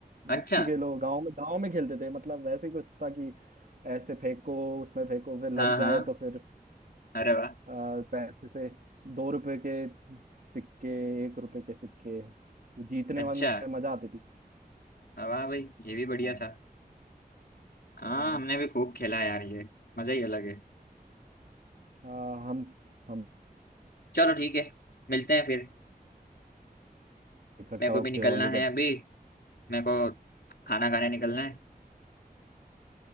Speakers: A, on the left (about 70°); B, on the right (about 60°).
A: अच्छा
B: गुच्छी खेलो गांव में गांव में खेलते थे मतलब वैसे ही कुछ था कि ऐसे फेंको उसमें फेंको फिर लग
A: हाँ
B: जाए
A: हाँ
B: तो फिर
A: अरे वाह
B: अ, पैसे से दो रुपए के सिक्के एक रुपए के सिक्के वो जीतने
A: अच्छा
B: वाले में मजा आती थी
A: हाँ, वाह भाई ये भी बढ़िया
B: हाँ
A: था हाँ
B: हाँ
A: हमने भी खूब खेला यार ये मजा ही अलग है
B: हाँ, हम हम
A: चलो ठीक है मिलते हैं फिर
B: इकट्ठा
A: मेरे
B: होके
A: को भी निकलना
B: होली
A: है
B: का
A: अभी मेरे को खाना खाने निकलना है